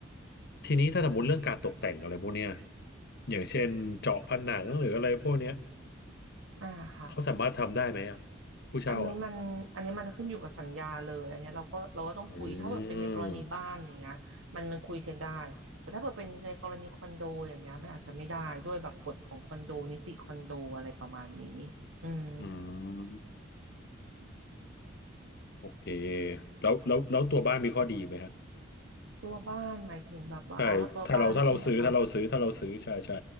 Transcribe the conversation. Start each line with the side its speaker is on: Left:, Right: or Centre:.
Left: ทีนี้ถ้าสมมติเรื่องการตกแต่งอะไรพวกเนี้ยอย่างเช่นเจาะผนังหรืออะไรพวกเนี้ย
Right: อ่าค่ะ
Left: เขาสามารถทำได้ไหมอ่ะผู้เช่าอ่ะ
Right: อันนี้มันอันนี้มันขึ้นอยู่กับสัญญาเลย อันเนี้ยเราก็เราก็ต้องคุย
Left: อื
Right: ถ้าเกิดเป็นในกรณีบ้านอย่างเงี้ยมันมันคุยกันได้
Left: ม
Right: แต่ถ้าเกิดเป็นในกรณีคอนโดอย่างเงี้ยมันอาจจะไม่ได้ด้วยแบบกฎของคอนโดนิติคอนโดอะไรประมาณนี้อืม
Left: อืมโอเคแล้วแล้วแล้วตัวบ้านมีข้อดีไหมฮะ
Right: ตัวบ้านหมายถึงแบบว่าอ๋อตัวบ้านใช่ไหมคะ
Left: ใช่ถ้าเราถ้าเราซื้อถ้าเราซื้อถ้าเราซื้อใช่ใช่